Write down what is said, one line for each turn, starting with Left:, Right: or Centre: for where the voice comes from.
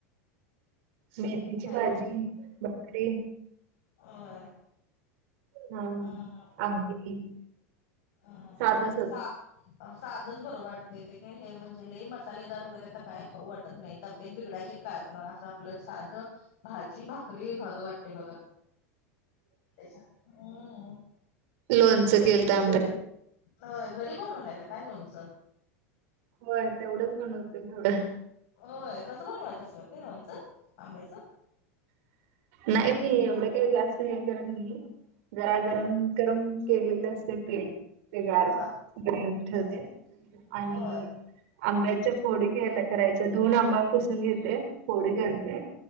Right: मेथीची
Left: हॅलो
Right: भाजी भाकरी
Left: होय
Right: हा
Left: अ
Right: आमटी
Left: अ
Right: साधच
Left: आता
Right: होत.
Left: साग सादच बरं वाटते ते हे म्हणजे लेई मसालेदार वगैरे आता काय खाऊ वाटतं नाही तब्येत बिघडाचे कारण असं आपलं साध भाजी भाकरी भरं वाटते बघा ते हम्म
Right: लोणचं केलत आंब
Left: होय घरी बनवलाय का काय लोणचं
Right: होय तेवढंच बनवते थोडं
Left: होय कसं बनवायचं असतं ते लोणचं आंब्याचं
Right: नाही मी एवढे काही जास्त हे करत नाही जरा गरम गरम केलेले असते ते गरम
Left: हा
Right: ठेवते आणि
Left: होय
Right: आंब्याच्या फोडी केल्या करायच्या दोन आंबा पुसून घेते फोडी करते